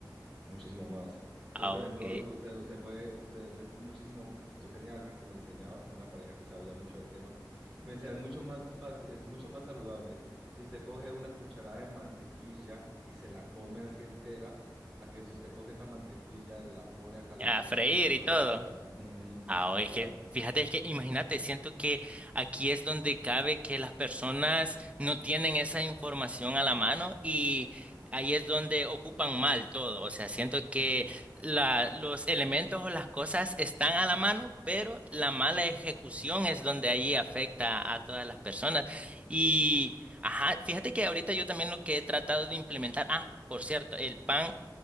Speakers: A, in the centre; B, on the right.
A: muchísimo más. Entonces,
B: Ah,
A: por
B: ok.
A: ejemplo, usted, usted puede, usted es muchísimo, yo tenía alguien que me enseñaba, una pareja que sabía mucho del tema, me decía, es mucho más fácil, es mucho más saludable. Si usted coge una cucharada de mantequilla y se la come así entera, a que si usted coge esa mantequilla, la pone a calentar
B: A freír
A: y luego
B: y
A: la
B: todo.
A: fríe. Ujú,
B: Ah,
A: exacto.
B: es que, fíjate, es que imagínate, siento que aquí es donde cabe que las personas no tienen esa información a la mano y ahí es donde ocupan mal todo. O sea, siento que la- los elementos o las cosas están a la mano, pero la mala ejecución es donde ahí afecta a todas las personas. Y, ajá, fíjate que ahorita yo también lo que he tratado de implementar, ah, por cierto, el pan